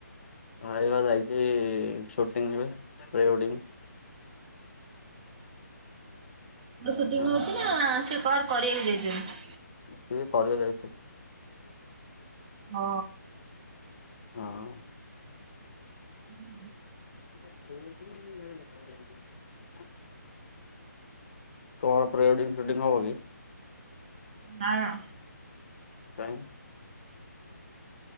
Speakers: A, on the left; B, on the right.
A: ଭାଇ ବା ଯାଇଛି ସୁଟିଂରେ ପ୍ପ୍ରିୱେଡିଂ।
B: ସୁଟିଙ୍ଗ
A: ଆଁ।
B: ହଉଛି ନା ସେ କଣ କରିବାକୁ ଯାଇଛନ୍ତି?
A: ସିଏ କରିବାକୁ ଯାଇଛନ୍ତି।
B: ଅ
A: ହଁ।
B: ହୁଁ।
A: <unintelligible> କଣ ପ୍ରି ୱେଡଙ୍ଗି ସୁୁଟିଙ୍ଗ ହବକି?
B: ନା ନା।
A: କାଇଁ